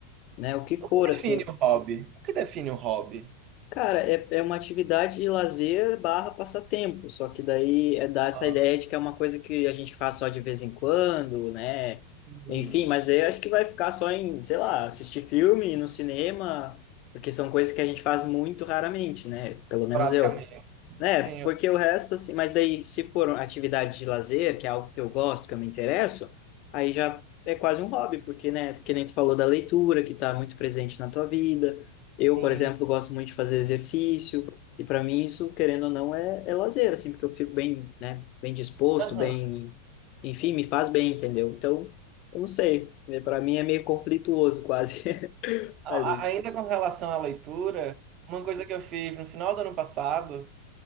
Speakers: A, on the left; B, on the right.
A: né? O que for
B: O que
A: assim.
B: define um hobby? O que define um hobby?
A: Cara, é, é uma atividade de lazer barra passatempo, só que daí é dá essa
B: Ah,
A: ideia de que é uma coisa que a gente faz só de vez em quando, né?
B: hum,
A: Enfim, mas daí eu acho que vai ficar só em, sei lá, assistir filme no cinema, porque são coisas que a gente faz muito raramente, né? Pelo menos
B: praticamente.
A: eu. É,
B: Sim,
A: porque
B: eu-
A: o resto, assim, mas daí se for atividade de lazer, que é algo que eu gosto, que eu me interesso, aí já é quase um hobby, porque, né, que nem tu falou da leitura, que tá muito presente na tua vida. Eu,
B: sim.
A: por exemplo, gosto muito de fazer exercício, e para mim isso, querendo ou não, é, é lazer, assim, porque eu fico bem, né, bem disposto,
B: Aham.
A: bem, enfim, me faz bem, entendeu? Então, eu não sei, para mim é meio conflituoso quase <laughs>
B: A-
A: ali.
B: a- Ainda com relação à leitura, uma coisa que eu fiz no final do ano passado,